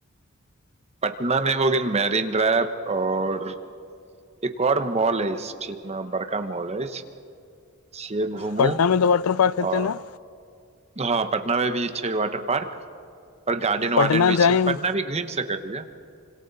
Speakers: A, on the right; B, on the left.
A: पटना मे हो गेल मैरिन ड्राइव आओर, एक आओर मॉल अछि ठीक न बड़का मॉल अछि। से घुमू
B: पटना मे तऽ वाटर पार्क हेतै
A: आओर,
B: ने
A: हँ पटनामे भी छै वाटर पार्क, आओर गार्डन वार्डन
B: पटना
A: भी
B: जाइम
A: छै पटना भी घुमि सकलियै।